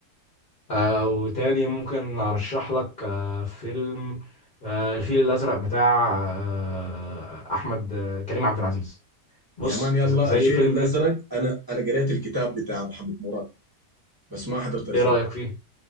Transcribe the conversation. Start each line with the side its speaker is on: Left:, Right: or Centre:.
Left: آه وتاني ممكن ارشح لك آه فيلم آه الفيل الازرق بتاع آه احمد آه كريم عبد العزيز بص
Right: يا مان يلا
Left: ز- زي
Right: الفيل
Left: فيلم
Right: الازرق انا انا قريت الكتاب بتاع محمد مراد بس ما حضرت الفيلم
Left: ايه رايك فيه